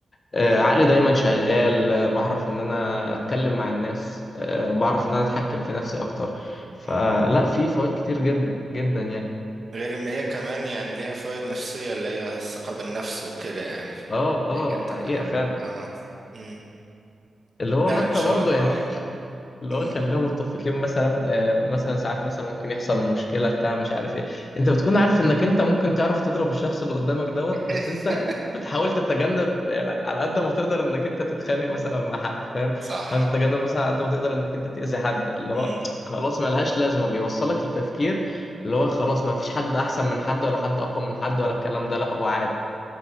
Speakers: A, on the left; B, on the right.
A: آه،
B: مم.
A: عقلي دايما شغال آه، بعرف ان انا اتكلم مع الناس آه، بعرف ان انا اتحكم في نفسي اكتر فلا
B: مم.
A: في فوائد كتير جدا جدا يعني
B: غير ان هي كمان يعني ليها فوائد نفسية اللي هي الثقة بالنفس وكده يعني
A: اه اه
B: ليك انت
A: حقيقه
B: كمان
A: فعلا
B: اه مم.
A: اللي هو
B: لا
A: حتى
B: ان شاء
A: برضه
B: الله
A: يعني <laughs> اللي
B: مم.
A: هو خليهم متفقين مثلا آه، مثلا ساعات مثلا ممكن يحصل مشكلة بتاع مش عارف ايه انت بتكون عارف انك انت ممكن تعرف تضرب الشخص اللي قدامك دوت
B: <laughs>
A: بس انت بتحاول تتجنب آه، على قد ما تقدر انك انت تتخانق مثلا مع حد فاهم
B: صح
A: حاول تتجنب مثلا على قد ما تقدر انك انت تأذي حد اللي
B: مم.
A: هو خلاص ملهاش لازمة بيوصلك لتفكير اللي هو خلاص ما فيش حد احسن من حد ولا حد اقوى من حد ولا الكلام ده لا هو عادي